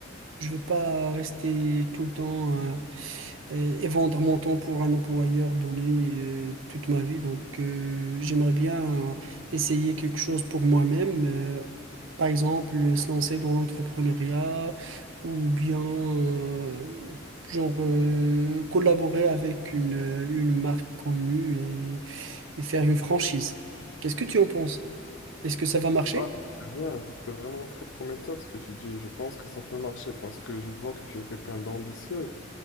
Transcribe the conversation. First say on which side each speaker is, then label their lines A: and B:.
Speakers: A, on the right; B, on the left.
A: Je vais pas rester tout le temps euh, et et vendre mon temps pour un employeur donné euh, toute ma vie. Donc, euh, j'aimerais bien euh, essayer quelque chose pour moi-même. euh, par exemple, euh, se lancer dans l'entrepreneuriat ou bien, euh, genre, euh, collaborer avec une, euh, une marque connue et, et faire une franchise. Qu'est-ce que tu en penses? Est-ce que ça va marcher?
B: Ah, c'est très bien. C'est vraiment très prometteur ce que tu dis. Je pense que ça peut marcher parce que je vois que tu es quelqu'un d'ambitieux.